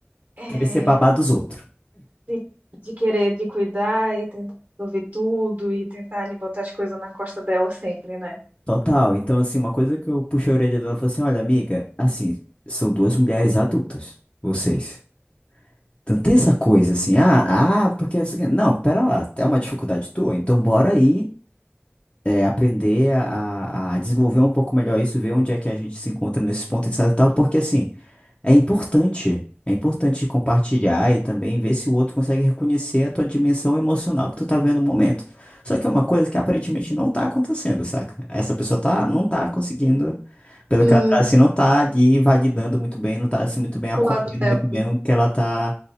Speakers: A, on the right; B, on the left.
A: É,
B: querer ser babá dos outros.
A: de, de querer, de cuidar e tentar resolver tudo e tentar ali botar as coisas na costa dela sempre, né?
B: Total. Então, assim, uma coisa que eu puxei a orelha dela e falei assim, olha, amiga, assim, são duas mulheres adultas, vocês. Então tem essa coisa assim, ah, ah, porque não sei o quê. Não, pera lá, é uma dificuldade tua, então bora aí é, aprender a, a- a desenvolver um pouco melhor isso, ver onde é que a gente se encontra nesses pontos etc e tal, porque assim, é importante, é importante compartilhar e também ver se o outro consegue reconhecer a tua dimensão emocional que tu tá vendo no momento. Só que é uma coisa que aparentemente não tá acontecendo, saca? Essa pessoa tá, não tá conseguindo, pelo
A: E
B: que ela tá assim, não tá ali validando muito bem, não tá assim muito bem acolhendo
A: do lado dela.
B: muito bem o que ela tá